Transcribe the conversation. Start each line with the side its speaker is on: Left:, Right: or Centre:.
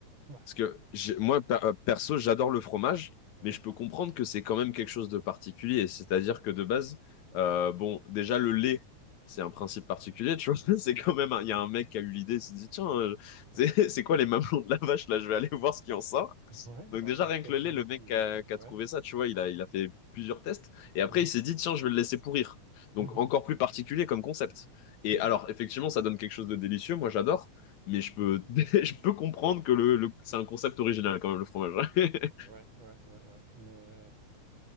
Right: Ouais.
Left: Parce que j'ai- moi, per- euh, perso, j'adore le fromage,
Right: Ouais.
Left: mais je peux comprendre que c'est quand même quelque chose de particulier. C'est-à-dire que de base, euh, bon, déjà, le lait, c'est un principe particulier, tu vois. <laughs> C'est quand même. un- Il y a un mec qui a eu l'idée, il s'est dit, tiens, euh,
Right: Ouais.
Left: c'est <laughs> c'est quoi les mamelons de la vache? Là, je vais aller voir ce qui en sort.
Right: Ouais,
Left: Donc
Right: bah,
Left: déjà,
Right: il a
Left: rien
Right: peut-être
Left: que le
Right: vu
Left: lait,
Right: des
Left: le
Right: petits
Left: mec qui
Right: veaux,
Left: a, qui
Right: ouais.
Left: a trouvé ça, tu vois, il a, il a fait plusieurs tests. Et après,
Right: Mmh mh.
Left: il s'est dit, tiens, je vais le laisser pourrir. Donc
Right: Mmh
Left: encore plus particulier comme concept. Et
Right: Mmh
Left: alors, effectivement, ça donne quelque chose de délicieux. Moi, j'adore. Mais je peux, <laughs> je peux comprendre que le, le- c'est un concept original quand même, le fromage. <laughs>
Right: Ouais, ouais, ouais, ouais, mais, heu,